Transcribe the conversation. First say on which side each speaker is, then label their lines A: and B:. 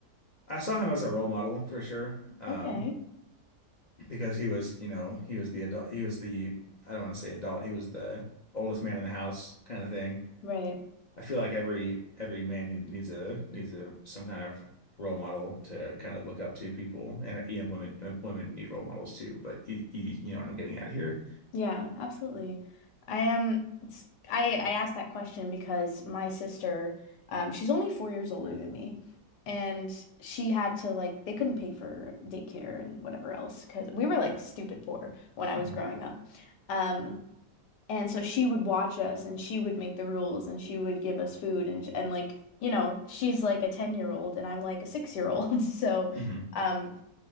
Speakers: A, on the left; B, on the left.
A: I saw him as a role model for sure. Um,
B: Okay.
A: because he was, you know, he was the adult, he was the, I don't want to say adult, he was the oldest man in the house kind of thing.
B: Right.
A: I feel like every every man needs a needs a some kind of role model to kind of look up to people, and you know, women uh, women need role models too. But you, you, you know what I'm getting at here.
B: Yeah, absolutely. I am it's, I I asked that question because my sister, um, she's only four years older than me. And she had to like they couldn't pay for daycare and whatever else because we were like stupid poor when I
A: hmm
B: was growing up. Um, And so she would watch us and she would make the rules and she would give us food and and like, you know, she's like a 10-year-old and I'm like a 6-year-old. <laughs> So,
A: hmm
B: um